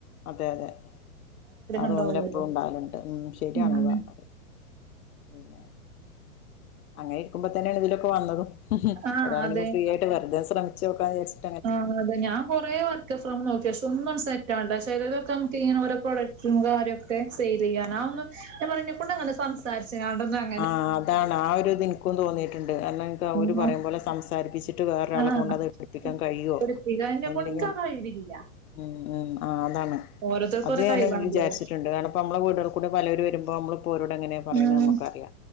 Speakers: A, on the left; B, on the right.
A: അതെ അതെ അ തോന്നല്
B: ഉണ്ടാവുമല്ലോ
A: എപ്പളും ഇണ്ടാവാല്ണ്ട്. ഉം ശരിയാണ്
B: ഉം
A: യ്യ് പർഞ്ഞത്. പിന്നെ അങ്ങെ ഇര്ക്കുമ്പോ തന്നേണ് ഇതിലൊക്കെ വന്നതും
B: ആ
A: ഒരാളെങ്കിലും
B: അതെ
A: ഫ്രീ ആയിട്ട് വെർതെ ശ്രമിച്ചോക്കാന്ന് വിചര്ച്ച്
B: ആഹ് അതെ ഞാൻ കൊറെ വർ ക്ക് ഫ്രം നോക്കി അശേ ഒന്നും ആണ്ട് സെറ്റാണ്ട ശേ ചെലേതൊക്കെ നമുക്ക്ങ്ങനെ ഓരോ പ്രോഡക്റ്റും കാര്യോ ക്കെ
A: ആഹ്
B: സെയിലെയ്യാനാന്നും
A: ആഹ്
B: ഞാൻ പറയാ ഇന്നെകൊണ്ട് അങ്ങനെ സംസാരിച്ച്ങ്ങാണ്ട് ആക്
A: ആഹ് അതാണ് ആ ഒരു ഇത് ഇൻക്കും തോന്നിയിട്ട്ണ്ട്. കാരണം നക്ക് അവര്
B: ഉം
A: പറയും പോലെ സംസ സാരിപ്പിച്ചിട്ട് വേറൊരാളെ
B: ആഹ്
A: കൊണ്ടത് എടുപ്പിക്കാൻ കയ്യോ
B: പഠിപ്പിക്കാൻ എന്നെക്കൊണ്ട്
A: അല്ലെങ്കി
B: ഇൻക്ക്
A: അം
B: ആ കഴിവില്ല
A: ഉം ഉം ആഹ് അതാണ്
B: ഓരോരുത്തർക്കും
A: അത്
B: ഓരോ
A: ഞാനും
B: കഴിവാണല്ലോ
A: വിചാരിച്ച്ട്ടുണ്ട്. കാര്ണം ഇപ്പ അമ്മള വീടുകൾ കൂടി പലര് വരുമ്പോ നമ്മളപ്പോരോട് എങ്ങനെ പറിണെ
B: ഉം
A: നമ്മക്കറിയ